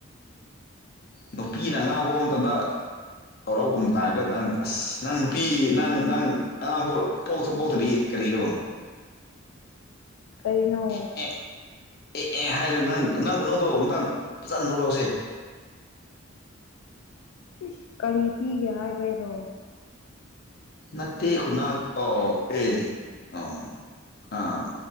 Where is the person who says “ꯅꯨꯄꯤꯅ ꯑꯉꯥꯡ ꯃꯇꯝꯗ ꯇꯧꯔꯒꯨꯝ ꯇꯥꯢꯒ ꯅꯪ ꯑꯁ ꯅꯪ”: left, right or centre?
Left